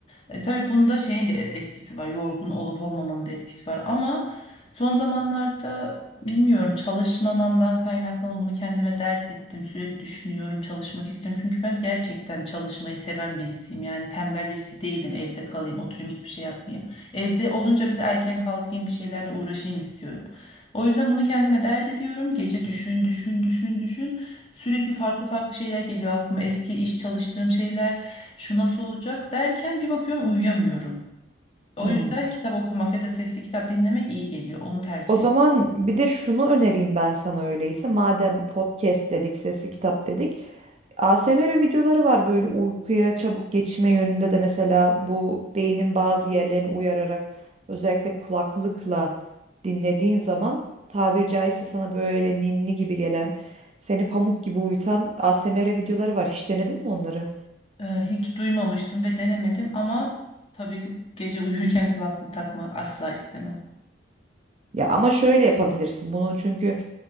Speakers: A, on the left; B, on the right.
A: E, tabii bunda şeyin de etkisi var yorgun olup olmamanın da etkisi var. Ama son zamanlarda bilmiyorum çalışmamamdan kaynaklı mı bunu kendime dert ettim. Sürekli düşünüyorum çalışmak istiyorum. Çünkü ben gerçekten çalışmayı seven birisiyim. Yani tembel birisi değilim evde kalayım oturayım hiçbir şey yapmayayım. Evde olunca bile erken kalkayım bir şeylerle uğraşayım istiyorum. O yüzden bunu kendime dert ediyorum. Gece düşün, düşün, düşün, düşün. Sürekli farklı farklı şeyler geliyor aklıma. Eski iş çalıştığım şeyler, şu nasıl olacak derken bir bakıyorum uyuyamıyorum. O
B: Hmm.
A: yüzden kitap okumak ya da sesli kitap dinlemek iyi geliyor. Onu tercih
B: O zaman
A: ediyorum.
B: bir de şunu önereyim ben sana öyleyse. Madem podcast dedik, sesli kitap dedik. ASMR videoları var böyle uykuya çabuk geçme yönünde de mesela bu beynin bazı yerlerini uyararak özellikle kulaklıkla dinlediğin zaman tabir caizse sana böyle ninni gibi gelen, seni pamuk gibi uyutan ASMR videoları var. Hiç denedin mi onları?
A: Ee, hiç duymamıştım ve denemedim ama tabii ki gece uyurken kulaklık takma asla istemem.
B: Ya ama şöyle yapabilirsin bunu çünkü